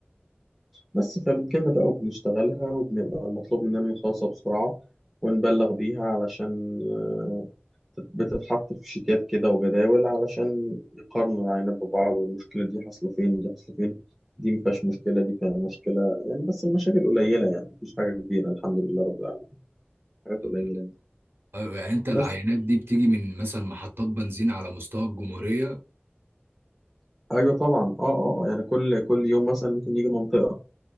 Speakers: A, in the centre; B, on the right.
A: بس فبتجيلنا بقى وبنشتغلها وبنبقى المطلوب مننا نخلصها بسرعة ونبلغ بيها علشان آه، بتتحط في شيتات كده وجداول علشان يقارنوا العينات ببعض والمشكلة دي حاصلة فين دي حاصلة فين دي مفيهاش مشكلة دي فيها مشكلة يعني بس المشاكل قليلة يعني مفيش حاجة كبيرة الحمد لله رب العالمين حاجات
B: طب-
A: قليلة يعني.
B: ايوه يعني انت العينات
A: بس
B: دي بتيجي من مثلا محطات بنزين على مستوى الجمهورية
A: ايوه طبعا اه اه آه. يعني كل كل يوم مثلا ممكن يجي منطقه